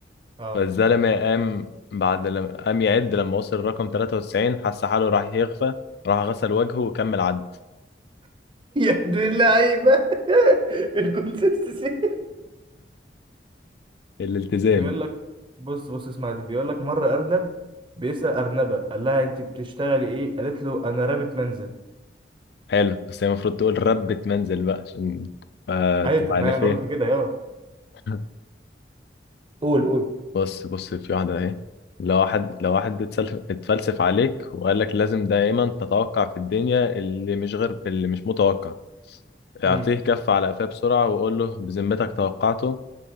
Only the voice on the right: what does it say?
اه
<laughs> يا ابن اللعيبة <laughs> الكونسيستنسي
بيقول لك بص بص اسمع دي بيقول لك مرة أرنب بيسأل أرنبة قال لها أنت بتشتغلي إيه؟ قالت له أنا رابط منزل
أيوة
طب
ما أنا
قلت كده يا
قول قول
مم.